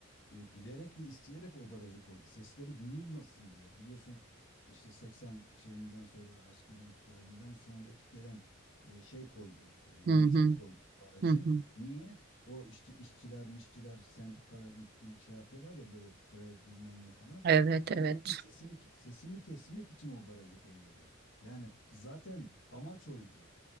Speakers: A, on the left; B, on the right.
A: e, bilerek ve isteyerek o barajı koydu. Sesleri duyulmasın diye. Biliyorsun işte 80 şeyinden sonra askeri ihtilalinden sonraki gelen e, şey koydu. e, yönetim
B: Hı hı,
A: koydu o barajı.
B: hı hı.
A: Niye? O işte işçiler, mişçiler, sendikalar ilk, ilk şey yapıyorlar ya böyle grev bilmem ne falan.
B: Evet,
A: Onların
B: evet.
A: sesini sesini kesmek için o barajı koyuyorlar. Yani zaten amaç oydu.